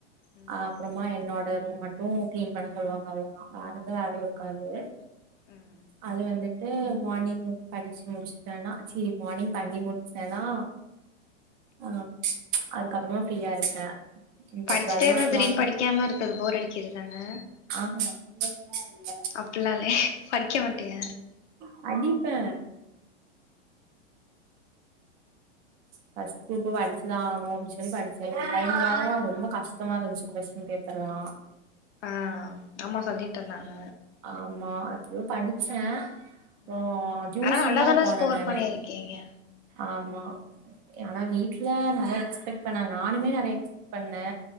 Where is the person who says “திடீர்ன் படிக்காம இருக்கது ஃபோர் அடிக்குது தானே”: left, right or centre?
Left